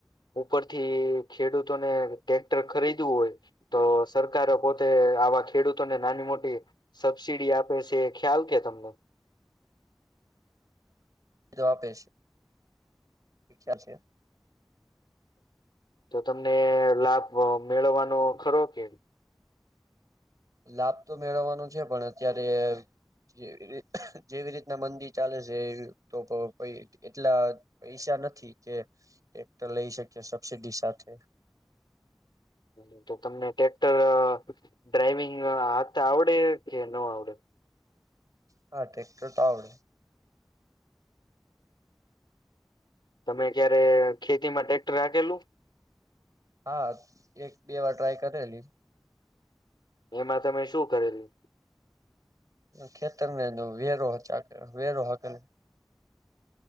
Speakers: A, on the left (about 65°); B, on the right (about 45°).
A: ઉપરથી ખેડૂતોને ટટેક્ટર ખરીદવું હોય તો સરકારે પોતે આવા ખેડૂતોને નાની મોટી સબસીડી આપે છે ખ્યાલ કે તમને
B: જો આપે છે ખ્યાલ છે
A: તો તમને લાભ મેળવવાનો ખરો કે.
B: લાભ તો મેળવવાનો છે પણ અત્યારે. જે જેવી રીતના મંદિ ચાલે છે તો એટલા પૈસા. નથી કે ટ્રેક્ટર લઈ શકીએ સબસીડી સાથે.
A: <unintelligible> તો તમને ટ્રેક્ટર ડ્રાઈવિંગ હાથ આવડે કે ન આવડે.
B: હા ટ્રેક્ટર તો આવડે.
A: તમે ક્યારે ખેતીમાં ટ્રેક્ટર હાંકેલું.
B: હા એક બે વાર ટ્રાય કરેલી.
A: એમાં તમે શું કરેલું.
B: ખેતર ને વેરો ચ વેરો હાકેલો.